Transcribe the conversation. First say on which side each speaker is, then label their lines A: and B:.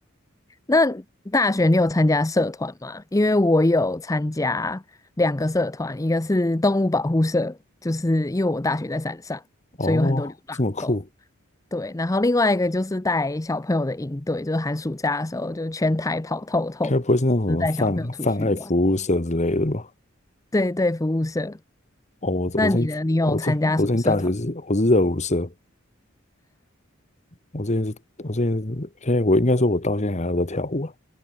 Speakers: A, on the left (about 15°); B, on the left (about 35°).
A: 那大学你有参加社团吗？因为我有参加两个社团，一个是动物保护社，就是因为我大学在山上，
B: 哦，
A: 所以有很多流浪狗。
B: 这么酷，
A: 对，然后另外一个就是带小朋友的营队，就是寒暑假的时候就全台跑透透，
B: 该不会是那种什么泛泛爱服务社之类的吧？
A: 就是带小朋友出去玩。对对，服务社。
B: 哦，我我之前我之前我之前大学是我是热舞社，
A: 那你呢？你有参加什么社团？
B: 我之前是我之前是现在我应该说我到现在还有在跳舞啊，